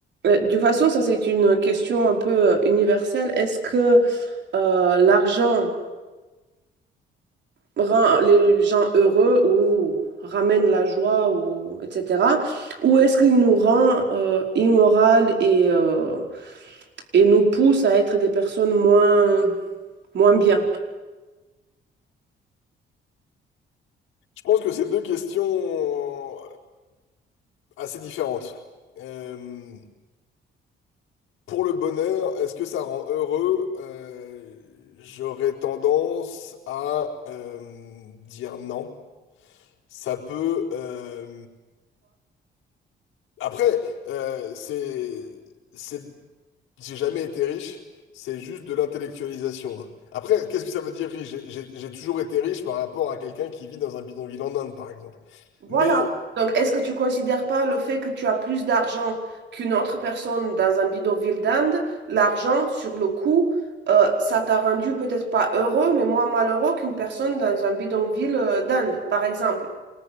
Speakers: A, on the right (about 65°); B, on the left (about 85°).
A: Euh, De toute façon, ça c'est une question un peu euh, universelle. Est-ce que euh, l'argent rend les gens heureux ou ramène la joie ou etc. Ou est-ce qu'il nous rend euh, immoral et, euh, et nous pousse à être des personnes moins, moins bien?
B: Je pense que c'est deux questions assez différentes. Euh, pour le bonheur, est-ce que ça rend heureux? Euh, j'aurais tendance à euh, dire non. Ça peut... euh, Après, euh, c'est... c'est- J'ai jamais été riche, c'est juste de l'intellectualisation. hein. Après, qu'est-ce que ça veut dire riche? J'ai j'ai- j'ai toujours été riche par rapport à quelqu'un qui vit dans un bidonville en Inde, par exemple.
A: Voilà.
B: Mais
A: Donc, est-ce que tu considères pas le fait que tu as plus d'argent qu'une autre personne dans un bidonville d'Inde, l'argent sur le coup, euh, ça t'a rendu peut-être pas heureux, mais moins malheureux qu'une personne dans un bidonville euh, d'Inde, par exemple.